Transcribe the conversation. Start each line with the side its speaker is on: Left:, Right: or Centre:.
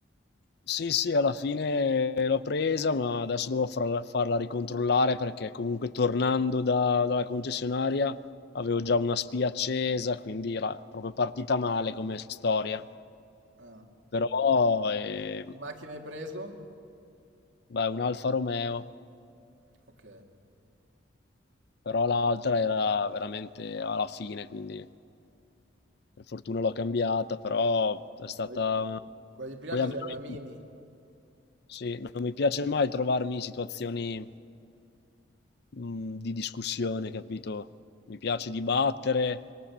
Left: Sì, sì, alla fine l'ho presa, ma adesso devo farla, farla ricontrollare perché comunque tornando da- dalla concessionaria avevo già una spia accesa, quindi era proprio partita male come storia.
Right: Ah,
Left: Però eh,
Right: che macchina hai preso?
Left: beh, un Alfa Romeo,
Right: Ok.
Left: però l'altra era veramente alla fine, quindi per fortuna l'ho cambiata, però è stata...
Right: Quella quella di prima
Left: Poi
Right: cos'era?
Left: a me
Right: La Mini?
Left: non mi- sì, non mi piace mai trovarmi in situazioni mh, di discussione, capito? Mi piace dibattere,